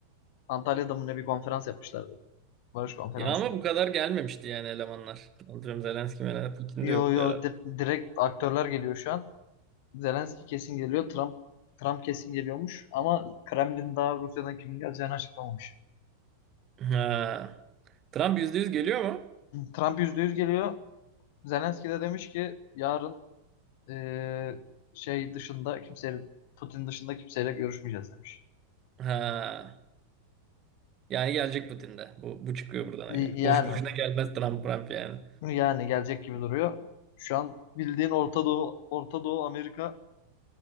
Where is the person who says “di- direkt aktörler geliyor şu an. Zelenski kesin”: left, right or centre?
Left